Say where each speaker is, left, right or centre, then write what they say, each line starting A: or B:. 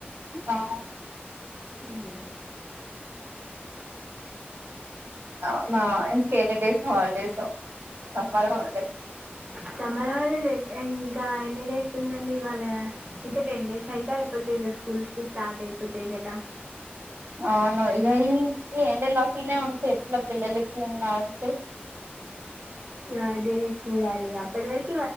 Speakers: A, on the right; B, on the right.
A: ఆహా
B: హమ్
A: అవునా అ స్ హల్డేస్ సంబర్ హల్డే
B: చమరా హ జ ఇంకా ఎన్ని డేస్ ఉందండి ఇవాళ ఇంకా టెన్ డేస్ సైతే అయిపోతాయి కదా స్కూల్స్ స్టార్ట్ అయిపోతాయి కదా
A: అవును ఇక ఈ ఎ లాఫీనే ఉంట ఎట్లా పిల్లకి ఉన్నా ఉంట
B: ఇ అదే చూడాలి అప్పటి వరకి